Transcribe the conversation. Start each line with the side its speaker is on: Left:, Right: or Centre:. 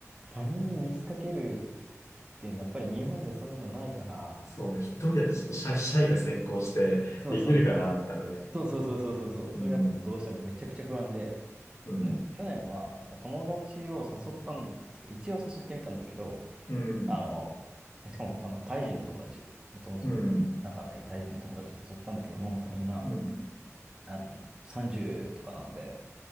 Right: 他人に水かけるっていうのはやっぱり日本でそういうのないから、
Left: そう、一人だとちょっとシャイ、シャイが先行して、
Right: そうそう、
Left: できるかな、みたいなね。
Right: そうそうそうそうそうそう、それがやっぱどうしてもめちゃくちゃ不安で、
Left: うん、うん、
Right: ね去年はなんか友達を誘ったんですけど、一応誘ってみたんだけど、
Left: うん、
Right: あの、えしかもあのタイ人の友達、もともと仲のいいタイ人の友達を誘ったんだけど、
Left: うん、
Right: もうなんかみんな、
Left: うん、
Right: あの、30とかなので、